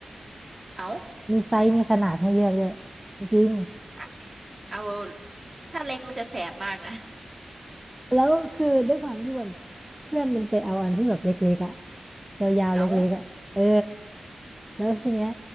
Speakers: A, on the right; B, in the centre.
A: เอ้า
B: มีไซส์มีขนาดให้เลือกด้วยจริง
A: อะเอาถ้าเล็กมันจะแสบมากนะ
B: แล้วคือด้วยความที่แบบเพื่อนมันไปเอาอันที่แบบเล็กๆอ่ะยาวๆเล็กๆอ่ะเออ
A: <laughs> เอ้า
B: แล้วทีเนี้ย